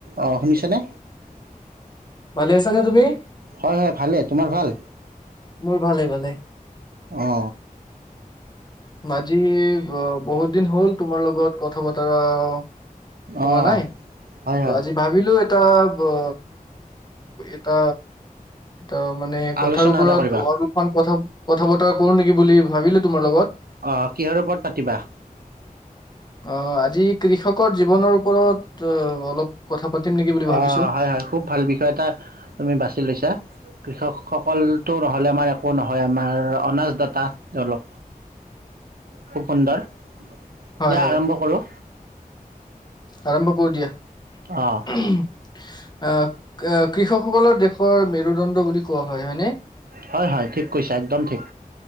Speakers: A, on the right; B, on the left.
A: অঁ শুনিছানে
B: ভালে আছা না তুমি।
A: হয় হয় ভালেই তোমাৰ ভাল
B: মোৰ ভালে ভালে।
A: অ।
B: আজি বহুত দিন হ'ল তোমাৰ লগত কথা বতৰা হোৱা
A: অ'
B: নাই
A: হয় হয়।
B: তো আজি ভাবিলো কিত এটা ত মানে কথাৰ
A: আলোচনা
B: ওপৰত
A: এটা কৰিবা,
B: অলপমান কথা কথা বতৰা কৰো নেকি বুলি ভাবিলো তোমাৰ লগত।
A: অ কিহৰ ওপৰত পাতিবা?
B: অ আজি কৃষকৰ জীৱনৰ ওপৰত অ অলপ কথা পাতিম নেকি বুলি ভাবিছো।
A: অ হয় হয় খুব ভাল বিষয় এটা তুমি বাছি লৈছা। কৃষকসকলটো নহ'লে আমাৰ একো নহয় আমাৰ অনাজ দাতা তেওঁ লোক খুব সুন্দৰ
B: হয়
A: দিয়া
B: হয়
A: আৰম্ভ কৰোঁ।
B: আৰম্ভ কৰো দিয়া।
A: অ'
B: উ <inaudible> আহ কৃষকসকলৰ দেশৰ মেৰুদণ্ড বুলি কোৱা হয় হয়নে।
A: হয় হয় ঠিক কৈছা একদম ঠিক।